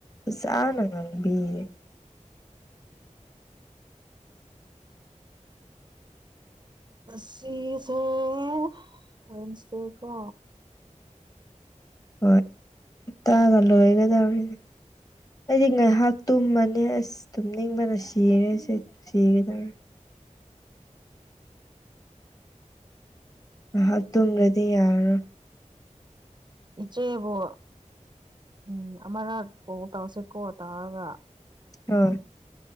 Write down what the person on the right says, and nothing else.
ꯁꯦꯋꯁꯇꯦ ꯀꯣ
ꯏꯆꯦꯕꯨ ꯎꯝ ꯑꯃꯔꯛ ꯀꯣ ꯇꯥꯎꯁꯦꯀꯣ ꯇꯥꯔꯒ